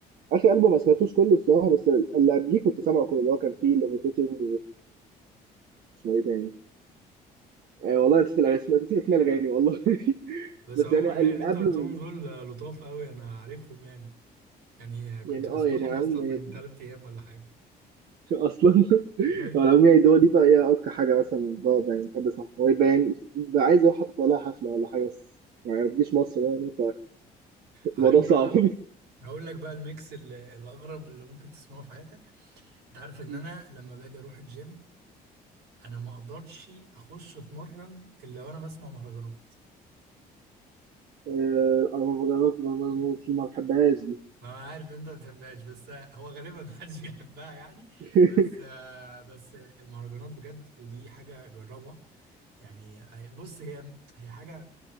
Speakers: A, on the right; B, on the right.
A: اخر البوم ما سمعتوش كله الصراحه بس اللي قبليه كنت سامعه كله اللي هو كان فيه ليفيتيتنج اسمه ايه تاني آه والله نسيت الاسماء نسيت اسماء الاغاني والله <laughs>
B: بس
A: بس
B: عموما
A: يعني
B: يعني
A: اللي
B: اللي انت
A: قبله
B: <laughs> أجنبي. قلتهم دول آه، لطاف قوي انا عارفهم يعني يعني آه، كنت
A: يعني اه
B: بسمعهم
A: يعني على
B: اصلا
A: العموم
B: من
A: هي-
B: ثلاث ايام ولا حاجه
A: اصلا <laughs>
B: أيوة.
A: على العموم يعني دول دي بقى هي اكتر حاجه مثلا بقعد يعني بحب اسمعها هو يبقى يعني بقى عايز اروح اطلع لها حفله ولا حاجه بس يعني ما تجيش مصر يعني
B: عارف
A: فالموضوع صعب
B: بقى هقول لك بقى الميكس ال- الاغرب اللي ممكن تسمعه في حياتك انت عارف ان
A: <laughs>
B: انا لما باجي اروح الجيم انا ما اقدرش اخش اتمرن الا وانا بسمع مهرجانات
A: آه، الافوكادو بما فيه ما بحبهاش دي
B: ما انا عارف إن انت ما بتحبهاش بس هو غالبا محدش بيحبها يعني
A: <laughs>
B: بس بس المهرجانات بجد ودي حاجه جربها يعني بص هي هي حاجه